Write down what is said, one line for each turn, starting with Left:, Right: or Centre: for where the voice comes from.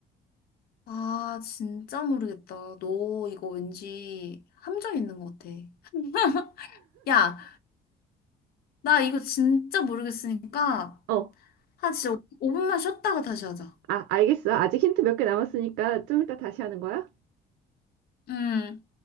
Left: 아, 진짜 모르겠다. 너 이거 왠지 함정 있는 것 같아. <laughs> 야, 나 이거 진짜 모르겠으니까,
Right: 어,
Left: 한 진짜 5분만 쉬었다가 다시 하자.
Right: 아, 알겠어. 아직 힌트 몇 개 남았으니까 좀 이따 다시 하는 거야?
Left: 음.